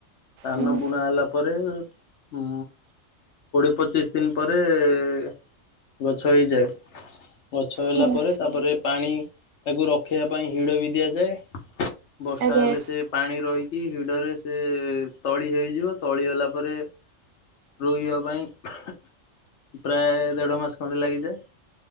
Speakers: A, on the left; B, on the right.
A: ସାନ
B: ହୁଁ
A: ବୁଣା ହେଲା ପରେ ଉଁ କୋଡିଏ ପଚିସ୍ ଦିନ୍ ପରେ ଏ ଗଛ ହେଇଯାଏ ଗଛ ହେଲା
B: ହୁଁ
A: ପରେ ତା ପରେ ପାଣି, ତାକୁ ରଖିବା ପାଇଁ ହିଡ଼ ବି ଦିଆଯାଏ। ବର୍ଷା
B: ଆଜ୍ଞା
A: ହେଲେ ସେ ପାଣି ରହିକି ହିଡରେ ସେ ତଳି ହେଇଯିବ ତଳି ହେଲା ପରେ ରୋଇବା ପାଇଁ ପ୍ରାୟ ଦେଢ ମାସ ଖଣ୍ଡେ ଲାଗିଯାଏ।